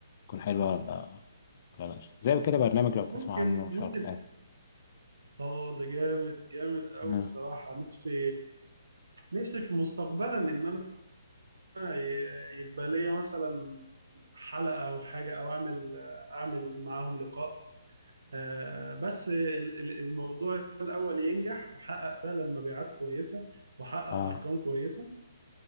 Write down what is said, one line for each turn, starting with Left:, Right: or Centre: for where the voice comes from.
Left: تكون حلوه ولا ولا لا زي كده برنامج لو تسمع
Right: ممكن
Left: عنه
Right: ممكن
Left: شارك تانك
Right: اه ده جامد جامد قوي
Left: اه
Right: بصراحة نفسي نفسي في مستقبلا ان انا ي- يبقى ليا مثلا حلقة او حاجة او اعمل اعمل معاهم لقاء آه، بس ال- ال- الموضوع الاول ينجح وحقق فعلا مبيعات كويسة وحقق
Left: اه
Right: ارقام كويسة